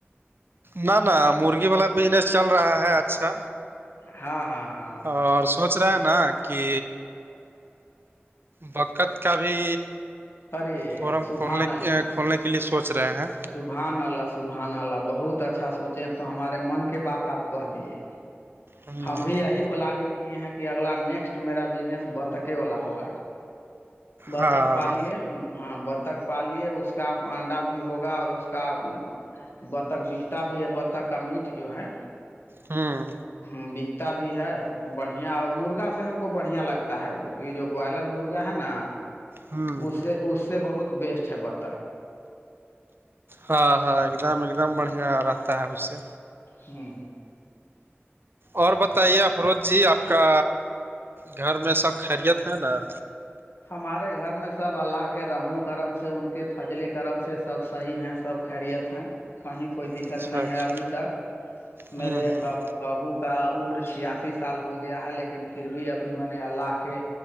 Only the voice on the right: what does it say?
نہ نہ مرغی والا بجنس چل رہا ہے اچھا
اور سوچ رہا ہے نا کہ بکت کا بھی
فورم
کھولنے
کھولنے کے لیے سوچ رہے ہیں
ہوں
ہاں
ہاں
ہوں
ہاں ہاں ایک دم ایک دم بڑھیا رہتا ہے اس سے
اور بتائیے افروز جی آپ کا گھر میں سب خیریت ہے نا
اچھا
اچھا
ہوں
ہوں